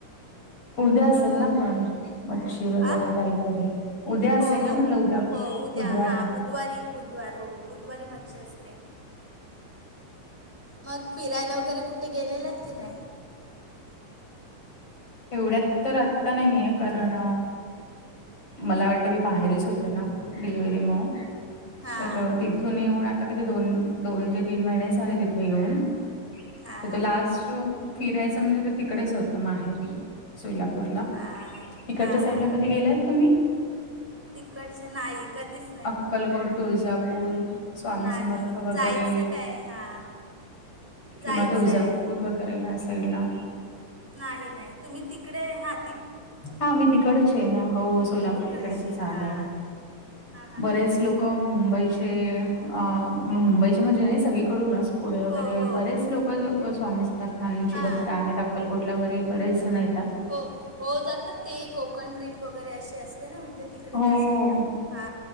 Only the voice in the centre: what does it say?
मग
आ
हो
हो
हो उद्या
हा
बुधवारी बुधवार हो बुधवारी मच्छी असते. मग फिरायला वगैरे कुठे गेलेलेत की नाही.
हां
बरोबर
हां
हां
हां
हां
हां
हां
हां
तिकडचं नाही कधीच नाही
नाही
जायचं आहे हां जायचं
आहे
नाही नाही तुम्ही तिकडे आहात.
तिकडचे
हां हां हां
हां
हो हो
हां
हो हो जातात ते कोकण ट्रिप वगैरे अशे अस जरा म्हणजे तिकडे
त्या साईडला
हा.